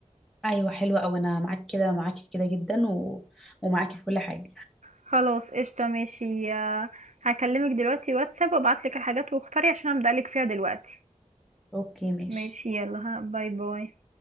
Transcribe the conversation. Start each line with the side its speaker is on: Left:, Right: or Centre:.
Centre: ايوه حلوه اوي انا معاك كده معاكي في كده جدا و... ومعاكي في كل حاجه
Right: خلاص قشطة ماشي آه، هكلمك دلوقتي واتساب وابعتلك الحاجات واختاري عشان ابدألك فيها دلوقتي
Centre: اوكي ماشي
Right: ماشي يلا ها باي باي